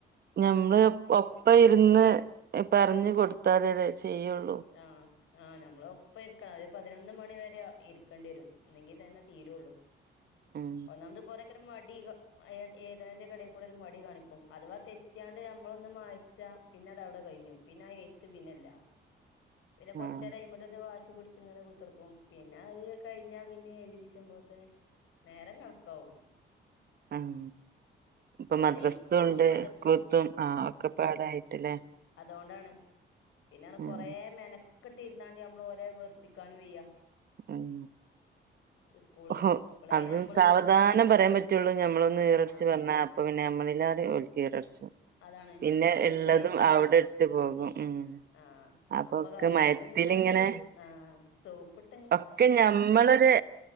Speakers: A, on the right; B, on the left.
A: ഞമ്മള് ഒപ്പ ഇര്ന്ന് എ പർഞ്ഞ് കൊട്ത്താലെ ലെ ചെയ്യൊള്ളു
B: ആഹ് ആഹ് ഞമ്മള് ഒപ്പര്ക്കണം അല്ലങ്കി പതിനൊന്ന് മണി വരെ അ ഇര്ക്കണ്ട്യേരും ഇന്നെങ്കിതന്നെ തീരൊള്ളു
A: ഉം
B: ഒന്നാമത് പ്പോ കൊറെക്കാരം മടീ ഗ മഴേ ഏത്ണേന്റെകെടേകൂടരു മടി കാണിക്കും അഥവാ തെറ്റിയാണ്ട് നമ്മളൊന്ന് മായിച്ചാ പിന്നെ അതവ്ടെ കഴിഞ്ഞു പിന്നെ ആ എഴുത്ത് പിന്നെല്ല പിന്നെ കൊറച്ചേരയ്മല്
A: ഉം
B: ഒര് വാഷി പിടിച്ച് ഇങ്ങനെ കു ത്തർക്കും പിന്നെ അത് കഴിഞ്ഞാ പിന്നെ എഴുതിപ്പിച്ച്പോത്തിന് നേരം കണക്കാവും
A: ആഹ് ഇപ്പൊ
B: അതായത്
A: മദ്രസ്ത്തും
B: ഈ സ്കൂളും
A: ഉണ്ട്
B: മദ്രസും
A: സ്കൂൾത്തതും ആ ഒക്കപ്പാടായിട്ട്ല്ലേ
B: അതോണ്ടാണ് പിന്നൺ
A: ഉം
B: കൊറേ മെന കെട്ടി ഇര്ന്നാണ്ട് നമ്മള് ഒരെ വെറുപ്പിക്കാനും വെയ്യ
A: ഉം
B: സ്കൂള്
A: ഓഹൊ
B: ഇപ്പളേ
A: അത്
B: നമ്മള്
A: സാവധാനം പറയാൻ പറ്റുള്ളൂ ഞമ്മളൊന്ന് ഈറച്ച്
B: ആഹ്
A: പറഞ്ഞാ അപ്പൊ പിന്നെ നമ്മളില്ലാതെ ഓൽക്കി ഈറ പുടിച്ചും
B: അതാണ്
A: പിന്നെ
B: അപ്പോൽക്കയിനും
A: ഇള്ളതും
B: വല്യ
A: അവടെ
B: വാശിയ
A: ഇട്ട് പോകും ഉം
B: ആഹ്
A: അപ്പൊ ഒക്കെ
B: കഴിയണതും
A: മയത്തിലിങ്ങനെ
B: ഇങ്ങനൊരു ആഹ് സോപ്പ്ട്ട്
A: ഒക്കെ ഞമ്മളൊര്